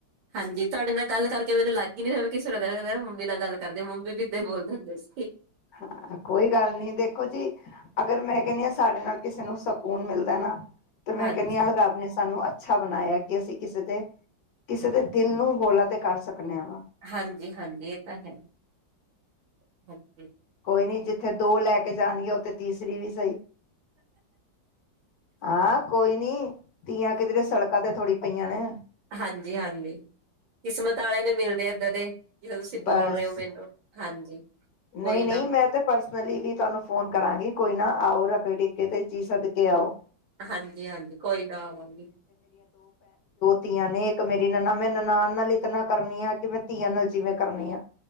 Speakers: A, on the right (about 85°); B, on the left (about 60°).
A: ਹਾਂਜੀ ਤੁਹਾਡੇ ਨਾਲ ਗੱਲ ਕਰਕੇ ਮੈਨੂੰ ਲੱਗਈ ਨ ਕਿਸੇ ਨੂੰ ਕ ਕ ਮੰਮੀ ਨਾਲ ਗੱਲ ਕਰਦੇ ਮੰਮੀ ਵੀ ਇੱਦਾਂ ਬੋਲਦੇ ਹੁੰਦੇ ਸੀ
B: ਹਾਂ ਕੋਈ ਗੱਲ ਨਹੀਂੀ ਦੇਖੋ ਜੀ ਅਗਰ ਮੈਂ ਕਹਿੰਦੀ ਹਾਂ ਸਾਡੇ ਨਾਲ ਕਿਸੇ ਨੂੰ ਸਕੂਨ ਮਿਲਦਾ ਨਾ ਤੇ ਮੈਂ
A: ਹਾਂਜੀ,
B: ਕਹਿੰਦੀ ਅਦਾ ਆਪ ਨੇ ਸਾਨੂੰ ਅੱਛਾ ਬਣਾਇਆ ਕਿ ਅਸੀਂ ਕਿਸੇ ਦੇ ਕਿਸੇ ਦੇ ਦਿਲ ਨੂੰ ਹੋਲਾ ਤੇ ਕਰ ਸਕਦੇ ਹਾਂ ਵਾ
A: ਹਾਂਜੀ ਹਾਂਜੀ ਇਹ ਤਾਂ ਹੈ <unintelligible> <inaudible>
B: ਕੋਈ ਨੀ ਜਿੱਥੇ ਦੋ ਲੈ ਕੇ ਜਾਣਗ ਉੱਥੇ ਤੀਸਰੀ ਵੀ ਸਹੀ ਹਾਂ ਕੋਈ ਨੀ ਧੀਆਂ ਕਿ ਜੜੇ ਸੜਕਾਂ ਤੇ ਥੋੜੀ ਪਈਆਂ ਨੇ
A: ਹਾਂਜੀ ਹਾਂਜੀ ਕਿਸਮਤ ਵਾਲੇ ਨੂੰ ਮਿਲਦੇ ਇਏਦਾਂ ਦੇ ਜਿ ਤੁਸੀਂ ਬੋਲ
B: ਬਸ
A: ਰਹੇ ਹੋ ਮੈਨੂੰ ਹਾਂਜੀ ਕੋਈ
B: ਨਹੀਂ
A: ਨਾ
B: ਨਹੀਂ ਮੈਂ ਤੇ ਪਰਸਨਲੀ ਵੀ ਤੁਹਾਨੂੰ ਫੋਨ ਕਰਾਂਗੀ ਕੋਈ ਨਾ ਆਓ ਰ ਟੇਕੇ ਤੇ ਜੀ ਸਦ ਕੇ ਆਓ
A: ਹਾਂਜੀ ਹਾਂਜੀ ਕੋਈ ਨਾ ਆਵਾਂਗੀ
B: ਤੀਆਂ ਨੇ ਇੱਕ ਮੇਰੀ ਨਨਾ ਮੈਂ ਨਨਾਾਨ ਨਾਲ ਇਤਨਾ ਕਰਨੀ ਆ ਕਿ ਮੈਂ ਤੀਆਂ ਨਾਲ ਜਿਵੇਂ ਕਰਨੀ ਆ